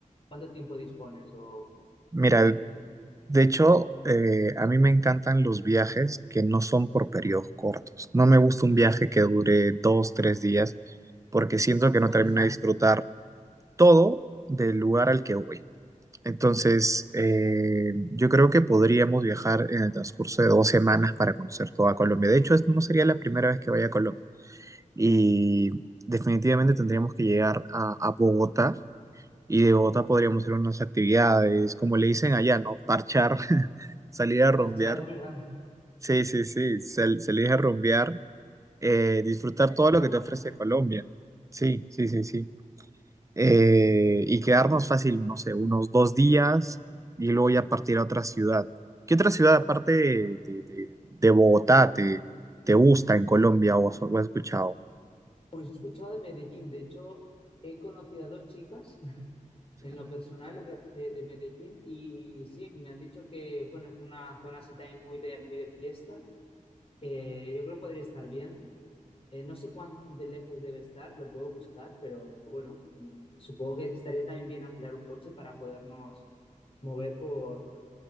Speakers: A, on the left (about 45°); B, on the right (about 25°).
A: ¿Cuánto tiempo dispones o,
B: Mira,
A: o tenéis vosotros?
B: de hecho, eh, a mí me encantan los viajes que no son por periodos cortos. No me gusta un viaje que dure dos, tres días, porque siento que no
A: Vale.
B: termino de disfrutar todo del lugar al que voy. Entonces, eh, yo creo que podríamos viajar en el transcurso de dos semanas para conocer toda Colombia. De hecho, es- no sería la primera vez que vaya a Colombia. Y definitivamente tendríamos que llegar a a Bogotá Y de Bogotá podríamos ir a unas actividades, como le dicen allá, ¿no? Parchar, <laughs> salir a rumbear.
A: Marchar, es verdad.
B: Sí, sí, sí, sal- salir a rumbear, eh, disfrutar
A: <laughs>
B: todo lo que te ofrece Colombia. Sí, sí, sí, sí. Eh, y quedarnos fácil, no sé, unos dos días y luego ya partir a otra ciudad. ¿Qué otra ciudad aparte de, de- de- de Bogotá te, te gusta en Colombia o has o has escuchado?
A: He escuchado de Medellín, de hecho, he conocido a dos chicas en lo personal de, de, de, Medellín y sí, me han dicho que bueno, es una zona así también muy de, muy de fiesta. Eh, yo creo que podría estar bien. Eh, no sé cuán de lejos debe estar, lo puedo buscar, pero bueno, mm, supongo que estaría también bien alquilar un coche para podernos mover por,